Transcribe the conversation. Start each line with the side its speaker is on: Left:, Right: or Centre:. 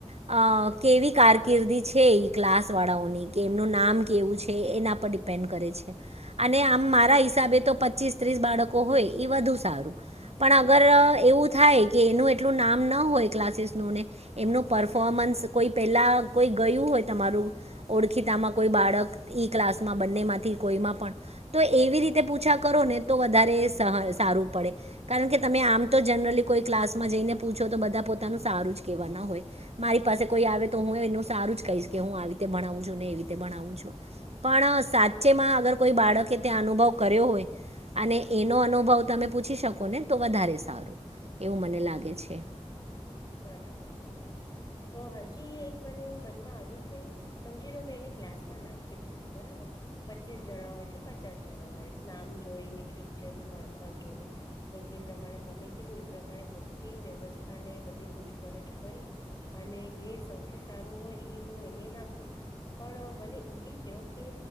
Right: અ કેવી કારકિર્દી છે ઈ ક્લાસ વાળાઓની કે એમનું નામ કેવું છે. એના પર ડિપેન્ડ કરે છે અને આમ મારા હિસાબે તો પચીસ ત્રીસ બાળકો હોય. એ વધુ સારું પણ અગર એવું થાય કે એનું એટલું નામ ન હોય ક્લાસીસનું ને. એમનું પરફોમન્સ કોઈ પહેલા કોઈ ગયું હોય તમારું ઓળખીતામાં કોઈ બાળક ઈ ક્લાસમાં બંને માંથી કોઈ પણ તો એવી રીતે પૂછા કરો ને તો વધારે સારું પડે કારણ કે તમે આમ તો જનરલી કોઈ ક્લાસમાં જઈને પૂછો તો બધા પોતાનું સારું છે કેવા ના હોય મારી પાસે કોઈ આવે તો હું એ સારું જ કહીશ કે હું આવી રીતે ભણાવું છું ને એવી રીતે ભણાવું છું. પણ સાચેમાં અગર કોઈ બાળકે ત્યાં અનુભવ કર્યો હોય અને એનો અનુભવ તમે પૂછી શકો ને તો વધારે સારું એવું મને લાગે છે.
Left: બરાબર બરાબર. તો હજી એક મને એવું મનમાં આવ્યું કે સમજી લો મેં એને ક્લાસમાં નાખી દીધું બરાબર. પચીસ જણા હોય કે પચાસ જણા હોય નામ જોઈ ને કે ટીચરનું ભણતર જોઈ જે પ્રમાણે તમે કીધું એ પ્રમાણે બધી વ્યવસ્થા ને બધી પૂછપરછ કરી અને જે સૌથી સારું હોય હું એને નાખું. પણ મને એ બી કયો કે